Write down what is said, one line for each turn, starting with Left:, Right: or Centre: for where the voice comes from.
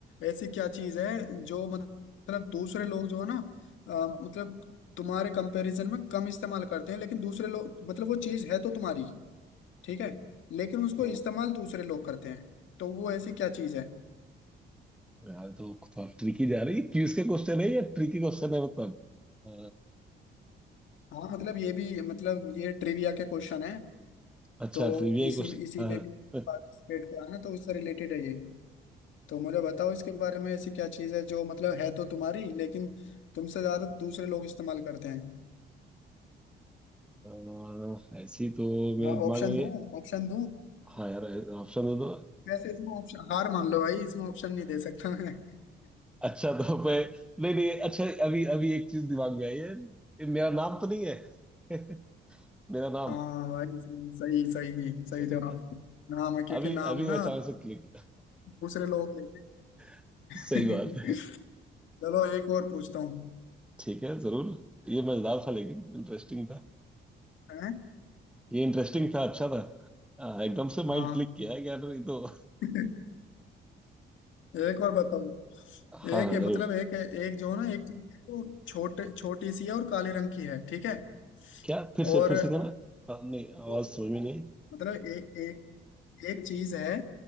Left: ऐसी क्या चीज है जो मतलब दूसरे लोग जो है ना अ, मतलब तुम्हारे कंपैरिजन में कम इस्तेमाल करते हैं लेकिन दूसरे लोग मतलब वो चीज है तो तुम्हारी ठीक है लेकिन उसको
Centre: हाँ,
Left: इस्तेमाल दूसरे लोग करते हैं तो वो ऐसी क्या चीज है
Centre: यार तो थोड़ा ट्रिकी जा रही है क्यूज के क्वेश्चन है या ट्रिकी क्वेश्चन है मतलब अ,
Left: हाँ मतलब ये भी मतलब ये ट्रिविया के क्वेश्चन है
Centre: अच्छा
Left: तो
Centre: ट्रिविया
Left: इसी
Centre: क्वेश्चन
Left: इसी
Centre: हाँ
Left: में भी
Centre: हाँ।
Left: पार्टिसिपेट किया ना तो उससे रिलेटेड है ये तो मुझे बताओ इसके बारे में ऐसी क्या चीज़ है जो मतलब है तो तुम्हारी लेकिन तुमसे ज़्यादा दूसरे लोग इस्तेमाल करते हैं
Centre: अ, ऐसी तो मेरे
Left: हाँ
Centre: दिमाग
Left: ऑप्शन
Centre: में नहीं
Left: दूं
Centre: है
Left: ऑप्शन दूं
Centre: हाँ यार ऑप्शन दे दो
Left: वैसे इसमें ऑप्शन हार मान लो भाई इसमें ऑप्शन नहीं दे सकता मैं
Centre: अच्छा तो मैं नहीं नहीं अच्छा अभी अभी एक चीज दिमाग में आई है ये मेरा नाम तो नहीं है <laughs> मेरा
Left: <laughs>
Centre: नाम
Left: हाँ
Centre: <laughs>
Left: भाई सही सही सही सही
Centre: चलो
Left: जवाब
Centre: यार,
Left: नाम है क्योंकि
Centre: अभी
Left: नाम
Centre: अभी
Left: ना
Centre: अचानक से क्लिक
Left: दूसरे लोग लेते
Centre: <laughs>
Left: हैं।
Centre: सही
Left: <laughs>
Centre: बात है
Left: चलो एक और पूछता हूँ
Centre: ठीक है जरूर ये मजेदार था लेकिन इंटरेस्टिंग था
Left: हैं?
Centre: ये इंटरेस्टिंग था अच्छा था आ, एकदम से माइंड
Left: हाँ
Centre: क्लिक किया है कि यार ये तो
Left: <laughs> एक और बताओ
Centre: हाँ
Left: एक
Centre: हाँ
Left: है
Centre: जरूर
Left: मतलब एक है एक जो है ना एक चीज है वो छोटे छोटी सी है और काले रंग की है ठीक है
Centre: क्या फिर
Left: और
Centre: से फिर से कहना हाँ, नहीं आवाज
Left: वो
Centre: समझ में नहीं
Left: मतलब ए, एक एक चीज है